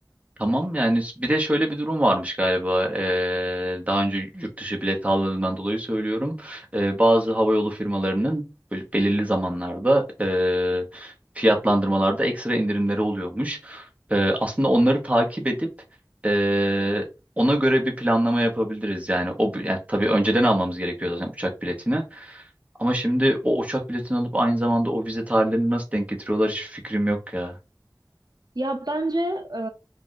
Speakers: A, on the right; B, on the right.
A: Tamam yani bir de şöyle bir durum varmış galiba Ee, daha önce yurt dışı bilet aldığımdan dolayı söylüyorum Ee, bazı havayolu firmalarının böyle belirli zamanlarda ee, fiyatlandırmalarda ekstra indirimleri oluyormuş. Ee, aslında onları takip edip ee, ona göre bir planlama yapabiliriz yani o bi- yani tabii önceden almamız gerekiyor zaten uçak biletini ama şimdi o uçak biletini alıp aynı zamanda o vize tarihlerini nasıl denk getiriyorlar hiç fikrim yok ya.
B: Ya bence e,